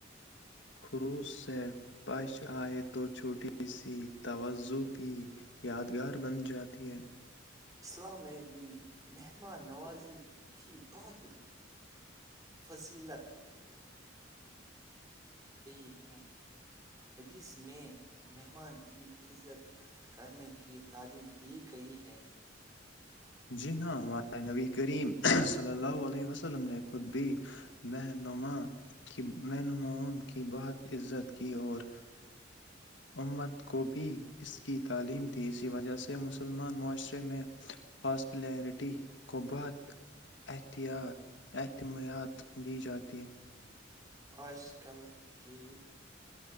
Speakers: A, on the left (about 65°); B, on the right (about 20°).
A: خلوس سے پیش آئے تو چھوٹی سی توجہ بھی یادگار بن جات اتی ہے
B: اسلام میں بھی مہمان نوازی کی بہت فضیلت دی ہیں حدیث میں مہمان کی عزت کرنے کی تعلیم دی گئی ہے
A: جی ہاں ہمارا نبی کریم صلی اللہ علیہ وسلم نے خود بھی مھما نوں کی بہت عزت کی اور امت کو بھی اس کی تعلیم تھی اسی وجہ سے مسلمان معاشرے میں ہاسپٹلرٹی کو بہت احتیاط احتیاط دی جاتی ہے
B: آج کل کے